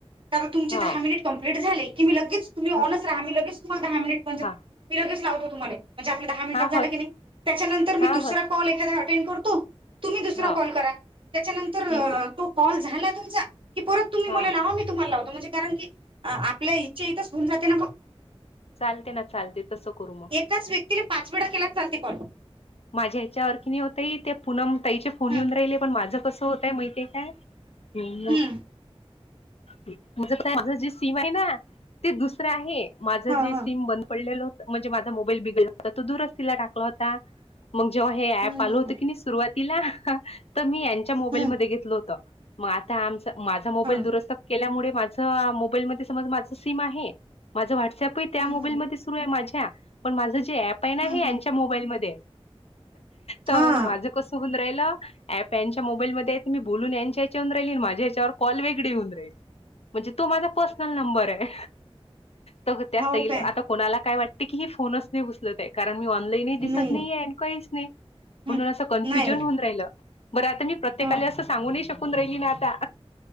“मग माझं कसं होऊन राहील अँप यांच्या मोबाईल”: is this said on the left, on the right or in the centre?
Left